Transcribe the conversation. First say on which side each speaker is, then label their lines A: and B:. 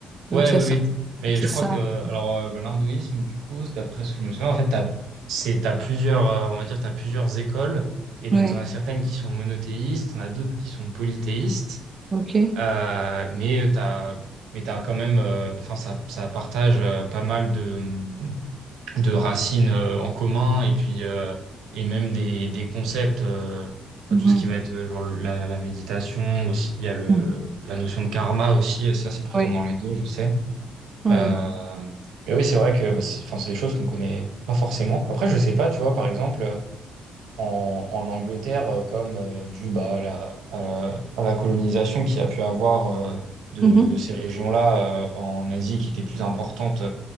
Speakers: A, on the right; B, on the right.
A: Ouais,
B: Donc ça,
A: oui,
B: ça-
A: oui. Mais
B: c'est
A: je
B: ça.
A: crois que euh, alors euh, l'hindouisme, du coup, c'est d'après ce que je me souviens, en fait, t'as, c'est, t'as plusieurs, euh, on va dire, t'as plusieurs écoles. Et donc,
B: Oui,
A: t'en as certaines qui sont monothéistes, t'en as d'autres qui sont polythéistes.
B: ok.
A: Euh, mais euh, t'as, mais t'as quand même, euh, enfin, ça, ça partage euh, pas mal de, de racines euh, en commun et puis euh, et même des, des concepts. euh, bah,
B: Mhm.
A: tout ce qui va être euh, genre la, la méditation aussi, il y a le,
B: Mhm.
A: la notion de karma aussi, euh, ça c'est présent
B: Oui,
A: dans les deux, je sais.
B: oui.
A: Euh, mais oui, c'est vrai que bah, c'est, enfin, c'est des choses qu'on connaît pas forcément. Après, je sais pas, tu vois, par exemple, euh, en, en Angleterre, euh, comme euh, dû bah, à la, à la, à la colonisation qu'il y a pu avoir euh, de,
B: Mhm.
A: de ces régions-là euh, en Asie qui étaient plus importantes